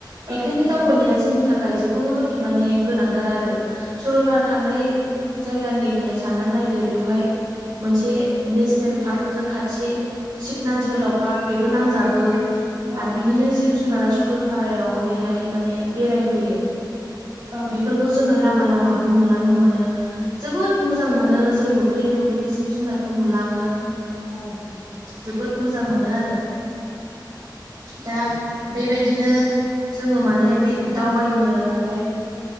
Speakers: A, on the right; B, on the right.
A: बेखायनो
B: औ नोंथां
A: दावबायनाया जोंनिआ थाखाय जोबोद माने गोनांथार आरो सरलपारा थांनाय जायगानिफ्राय साननानै नायदो बेवहायो मोनसे नेसनेल पार्क जों खाथि सिखना जोहोलावा पार्क बेबो नांजाबो
B: औ
A: आरो बिनिनो जिब जुनारा सल' पारायाव ओरैहाय माने बेराय फैयो
B: औ
A: बेफोरखौ
B: नोंथां
A: जोङो लामा लामा। नुलांनो मोनो। जोबोद मोजां मोनो जों नुफेरै नुफेरै जिब जुनारखौ नुलाङोबा
B: औ।
A: जोबोद मोजां मोनो आरो दा बेबादिनो जोङो माने बे दावबायनो माने